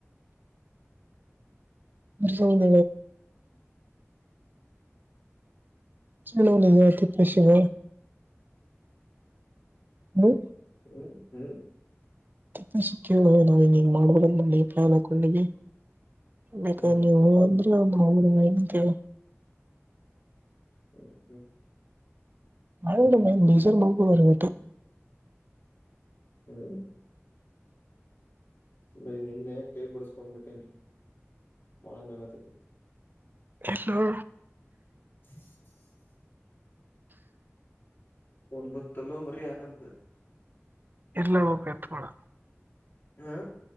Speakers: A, on the right; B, on the left.
A: ಹೌದ. ಚಲೋ <inaudible> ತಿಪ್ಪಸಿದ. ಹ್ಮ್.
B: ಹ್ಮ್ ಹ್ಮ್.
A: ಕಪ್ಪ ಸಿಕ್ಕಿಲ್ಲೋ ನಾವಿನ್ಗ್ ಹಿಂಗ ಮಾಡ್ಬೋದಂದಿ ಪ್ಲಾನ್ ಹಾಕೊಂಡಿವಿ. ಬೇಕಾರ
B: ಹ್ಮ್
A: ನೀವು
B: ಹ್ಮ್
A: ಹೂ ಅಂದ್ರ <inaudible> ಕೇಳ.
B: ಹ್ಮ್ ಹ್ಮ್.
A: <inaudible> ಬೇಜಾರ್ ಮಾಡ್ಕೋಬೇಡ ಏಟು.
B: ಹ್ಮ್. ಬೈ ನಿನ್ನೆ ಕೈ ಬಡಿಸ್ಕೊಂಡ್ಬಿಟ್ಟೀನ ಬಾಳ ನೋವತೈತೆ.
A: ಎಲ್ಲೊ?
B: <inaudible> ಒನ್ ಬಂದು ತಾಲೋ ಮರಿ ಆನಂದ.
A: ಇರ್ಲಲ್ಲೋ ಕೆತ್ತಬೇಡ.
B: ಹಾ.